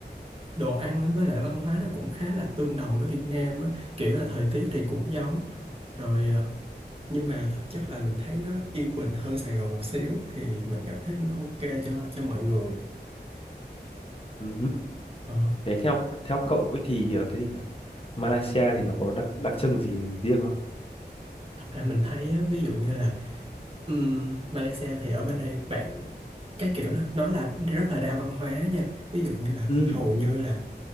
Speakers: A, on the right; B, on the left.
A: đồ ăn á, với lại văn hóa nó cũng khá là tương đồng với Việt Nam á kiểu là thời tiết thì cũng giống rồi ờ, nhưng mà thực chất là mình thấy nó yên bình hơn Sài Gòn một xíu thì mình cảm thấy nó ok cho cho mọi người
B: Ừ.
A: Ờ,
B: Thế theo theo cậu ấy thì ờ, cái gì nhỉ? Malaysia thì nó có đặc đặc trưng gì riêng không?
A: thật ra mình thấy á, ví dụ như là Ừm, Malaysia thì ở bên đây bạn cái kiểu là nó là rất là đa văn hóa nha ví dụ như là
B: Ừ.
A: hầu như là